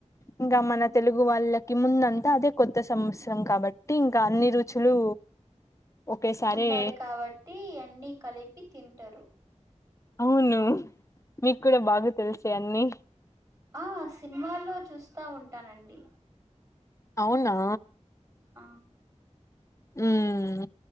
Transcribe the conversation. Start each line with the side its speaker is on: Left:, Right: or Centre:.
Left: ఇంగా
Right: హ్మ్.
Left: మన తెలుగు వాళ్ళక్ టి ముందంతా, అదే కొత్త సంవత్సరం కాబట్ టే ఇంకా అన్ని రుచులు ఒకేసారి
Right: ఉండాలె కాబట్టి అన్నీ కలిపి తింటరు.
Left: అవును. మీకు కూడా బాగా తెలిసే అన్ని
Right: ఆ సినిమాల్లో చూస్తా ఉన్ తనండి.
Left: అవునా
Right: ఆ
Left: ఉమ్